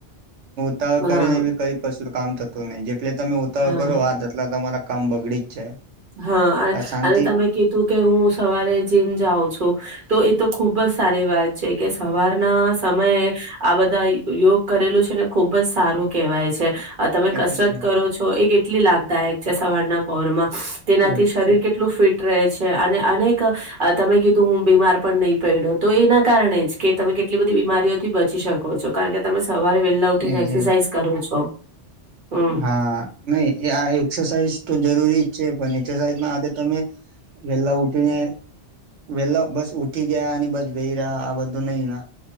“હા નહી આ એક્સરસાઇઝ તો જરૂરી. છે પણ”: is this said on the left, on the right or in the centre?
Right